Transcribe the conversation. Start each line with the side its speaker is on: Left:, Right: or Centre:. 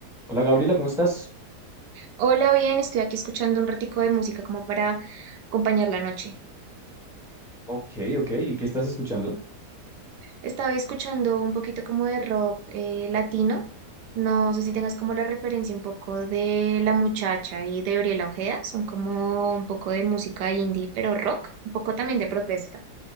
Centre: Hola Gabriela, ¿cómo estás?
Right: Hola, bien, estoy aquí escuchando un ratico de música como para acompañar la noche.
Centre: Ok, ok, ¿y qué estás escuchando?
Right: Estaba escuchando un poquito como de rock eh, latino. No sé si tengas como la referencia un poco de La Muchacha y de Oriela Ojeda. Son como un poco de música indie, pero rock, un poco también de protesta.